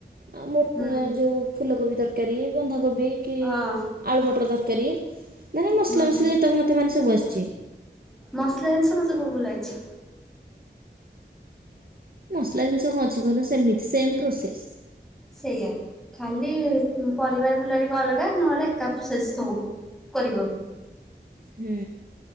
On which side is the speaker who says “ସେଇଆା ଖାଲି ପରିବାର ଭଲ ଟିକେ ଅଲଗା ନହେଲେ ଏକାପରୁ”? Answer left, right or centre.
Centre